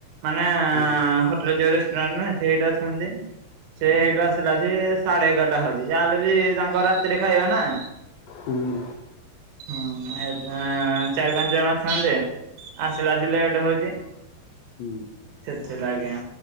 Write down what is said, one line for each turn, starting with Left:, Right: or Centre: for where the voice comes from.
Right: ମାନେ
Left: ହୁଁ
Right: ହୋଟେଲେ ଯୋଉ ରେଷ୍ଟୁରାଣ୍ଟ ନୁହେଁ ସେଇଠି ଅଛନ୍ତି। ସେ ଏଇଠୁ ଆସିଲା ଯେ ସାଢେ ଏଗାରଟା ହଉଜି ଯାହାହେଲେ ବି ତାଙ୍କ ରାତିରେ ଖାଇବା ନା।
Left: ହୁଁ
Right: ହୁଁ ଏବେ ଆଁ ଚାରି ପାଞ୍ଚ ଜଣ ଅଛନ୍ତି ରେ। ଆସିଲା ସି ଲେଟ୍ ହଉଚି।
Left: ହୁଁ
Right: ସେଥିଲା ଆଜ୍ଞା